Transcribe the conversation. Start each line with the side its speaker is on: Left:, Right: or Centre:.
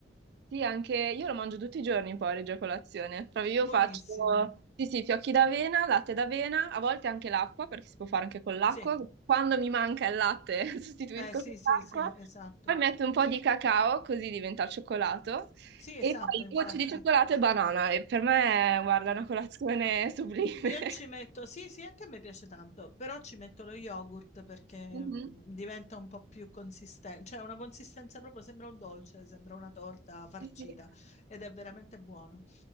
Right: Sì, anche io lo mangio tutti i giorni il porridge a colazione. Proprio io
Left: buonissimo.
Right: faccio, sì, sì, fiocchi d'avena, latte d'avena, a volte anche l'acqua, perché si può fare anche con l'acqua.
Left: Sì,
Right: Quando mi manca il latte, <laughs> sostituisco
Left: eh, sì,
Right: con
Left: sì,
Right: l'acqua.
Left: sì, esatto.
Right: Poi metto un po' di cacao, così diventa il cioccolato.
Left: Sì,
Right: E
Left: esatto,
Right: poi
Left: infatti.
Right: gocce di cioccolato e banana. E per me, guarda, è una colazione sublime. <laughs>
Left: Io ci metto, sì, sì, anche a me piace tanto, però ci metto lo yogurt perché
Right: Mhm.
Left: mm, diventa un po' più consistente, cioè ha una consistenza proprio, sembra un dolce, sembra una torta farcita
Right: Sì, sì.
Left: ed è veramente buono.